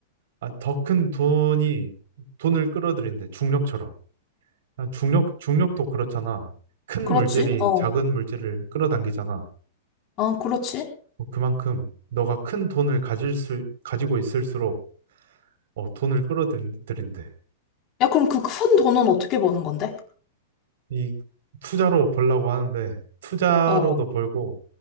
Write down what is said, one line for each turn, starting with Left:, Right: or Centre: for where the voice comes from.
Right: 아, 더 큰 돈이 돈을 끌어들인대 중력처럼. 아, 중력 중력도 그렇잖아. 큰
Left: 그렇지
Right: 물질이
Left: 어아
Right: 작은 물질을 끌어당기잖아.
Left: 그렇지
Right: 뭐 그만큼 너가 큰 돈을 가질 수 가지고 있을수록 어, 돈을 끌어들인대.
Left: 야 그럼 그 큰 돈은 어떻게 버는 건데
Right: 이 투자로 벌라고 하는데 투자로도
Left: 어
Right: 벌고